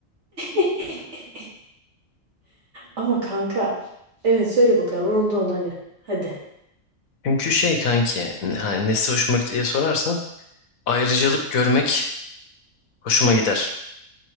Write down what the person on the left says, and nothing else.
Çünkü şey kanki n- hani nesi hoşuma gitti diye sorarsan ayrıcalık görmek hoşuma gider.